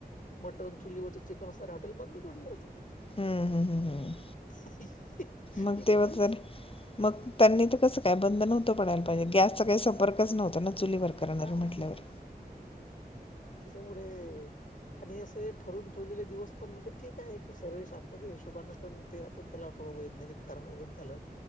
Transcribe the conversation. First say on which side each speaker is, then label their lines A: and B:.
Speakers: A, on the left; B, on the left.
A: मटन चुलीवरच चिकन असणारे हॉटेल बंद पडले होते.
B: हम्म हम्म हम्म हम्म
A: <inaudible>
B: मग तेव्हा
A: कुठेच
B: तर मग त्यांनी तर कस काय? बंद नव्हत पडायला पाहिजे गॅस चा काही संपर्कच नव्हता न चुली वर करणार
A: हा
B: म्हटल्यावर.
A: त्याच्यामुळे आणि असे ठरून ठेवले ले दिवस पण म्हणजे ठीक आहे एक शरीर शास्त्राच्या हिशोबान पण ते आपण त्या अथो वैज्ञानिक कारण वगैरे चालेल.